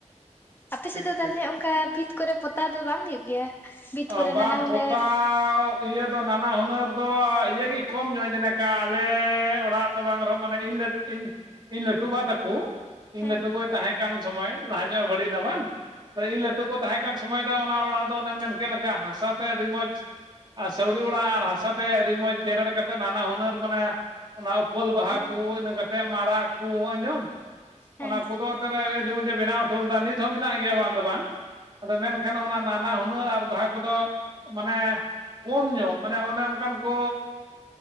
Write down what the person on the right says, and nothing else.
ᱴᱷᱤᱠ
ᱴᱷᱤᱠ
ᱵᱟᱝ
ᱯᱚᱛᱟᱣᱻ
ᱤᱭᱟᱹ ᱫᱚ ᱱᱟᱱᱟ ᱦᱩᱱᱟᱹᱨ ᱫᱚ ᱤᱭᱟᱹ ᱜᱮ ᱠᱚᱢ ᱧᱚᱜ ᱡᱮᱱᱮᱠᱟ ᱟᱞᱮᱻ ᱚᱲᱟᱜ ᱫᱚ ᱵᱟᱝ ᱨᱮᱦᱚᱸ ᱢᱟᱱᱮ ᱤᱧ ᱤᱧ ᱤᱧ ᱞᱟᱹᱴᱩ ᱵᱟ ᱛᱟᱠᱚ ᱤᱧ
ᱞᱟᱹᱴᱩ ᱜᱚᱭ ᱛᱟᱦᱮᱸ ᱠᱟᱱ ᱥᱳᱢᱳᱭ ᱞᱟᱦᱟ ᱧᱚᱜ ᱮ ᱵᱟᱹᱲᱤᱡ ᱮᱱᱟ ᱵᱟᱝ ᱤᱧ ᱞᱟᱹᱴᱩ ᱜᱚ ᱛᱟᱦᱮᱸ ᱠᱟᱱ ᱥᱚᱢᱚᱭ ᱫᱚ ᱚᱱᱟ ᱚᱲᱟᱜ ᱫᱚ ᱚᱱᱮᱢ ᱢᱮᱱᱠᱮᱫ ᱞᱮᱠᱟ ᱦᱟᱥᱟ ᱛᱮ ᱟᱹᱰᱤ ᱢᱚᱡᱽ ᱟᱨ ᱥᱟᱹᱣᱲᱤ ᱚᱲᱟᱜ ᱟᱨ ᱦᱟᱥᱟ ᱛᱮ ᱟᱹᱰᱤ ᱢᱚᱡᱽ ᱡᱮᱨᱮᱲ ᱠᱟᱛᱮᱜ ᱱᱟᱱᱟ ᱦᱩᱱᱟᱹᱨ ᱢᱟᱱᱮ ᱚᱱᱟ ᱩᱯᱟᱹᱞ ᱵᱟᱦᱟ
ᱠᱩ ᱤᱱᱟᱹ ᱠᱟᱛᱮᱜ ᱢᱟᱨᱟᱜ ᱠᱩ ᱟᱸᱡᱚᱢ
ᱚᱱᱟ ᱠᱚᱫᱚ ᱟᱹᱰᱤ ᱢᱚᱡᱽᱮ ᱵᱮᱱᱟᱣ ᱦᱚᱴᱚ ᱞᱮᱫᱟ ᱱᱤᱛ ᱦᱚᱸ ᱢᱮᱱᱟᱜ ᱜᱮᱭᱟ ᱵᱟᱝ ᱫᱚ ᱵᱟᱝ ᱟᱫᱚ ᱢᱮᱱᱠᱷᱟᱱ ᱚᱱᱟ ᱱᱟᱱᱟ ᱦᱩᱱᱟᱹᱨ ᱟᱨ ᱵᱟᱦᱟ ᱠᱚᱫᱚ ᱢᱟᱱᱮ ᱠᱚᱢ ᱧᱚᱜ ᱢᱟᱱᱮ ᱚᱱᱮ ᱚᱱᱠᱟᱱ ᱠᱚ